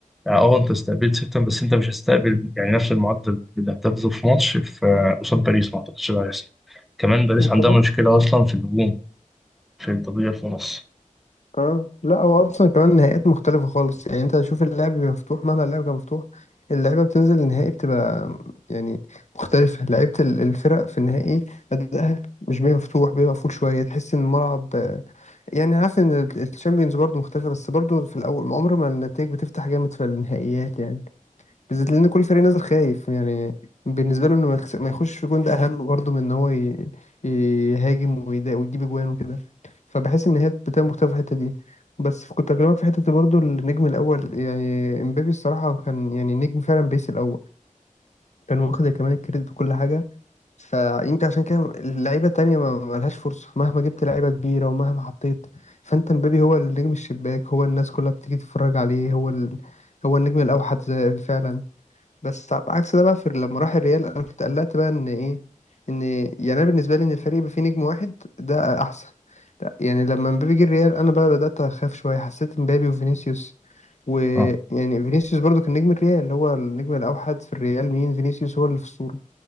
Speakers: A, in the centre; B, on the left.
A: اه انت استقبلت ستة بس انت مش هتستقبل يعني نفس المعدل اللي هتاخده في ماتش في قصاد باريس ما اعتقدش ده هيحصل كمان باريس
B: وكمان
A: عندها مشكلة اصلا في الهجوم في التضييع في النص
B: اه لا هو اصلا كمان النهائيات مختلفه خالص يعني انت شوف اللعب بيبقى مفتوح مهما اللعب كان مفتوح اللعيبه بتنزل النهائي بتبقى يعني مختلفه لعيبه ال- الفرق في النهائي ادائها مش بيبقى مفتوح بيبقى مقفول شويه تحس ان الملعب آه، يعني عارف ان الشامبيونز برضو مختلفه بس برضو في الاول عمر ما النتائج بتفتح جامد في النهائيات يعني بالذات لان كل فريق نازل خايف يعني بالنسبه له انه ما يخس- ما يخش في جون ده اهم برضه من ان هو ي- يهاجم ويدا- ويجيب اجوان وكده فبحس ان هي بتبقى مختلفه في الحته دي بس كنت اكلمك في حته برضه النجم الاول يعني امبابي الصراحه كان يعني نجم فعلا بيس الاول كان واخد كمان الكريدت وكل حاجه فيمكن عشان كده اللعيبه التانيه ما ما لهاش فرصه مهما جبت لعيبه كبيره ومهما حطيت فانت امبابي هو النجم الشباك هو الناس كلها بتيجي تتفرج عليه هو ال... هو النجم الاوحد زي- فعلا بس على عكس ده بقى في لما راح الريال انا كنت قلقت بقى ان ايه ان يعني انا بالنسبه لي ان الفريق يبقى فيه نجم واحد ده احسن لا يعني لما مبابي جه الريال انا بقى بدات اخاف شويه حسيت مبابي وفينيسيوس ويعني
A: اه
B: فينيسيوس برضو كان نجم الريال اللي هو النجم الاوحد في الريال مين فينيسيوس هو اللي في الصوره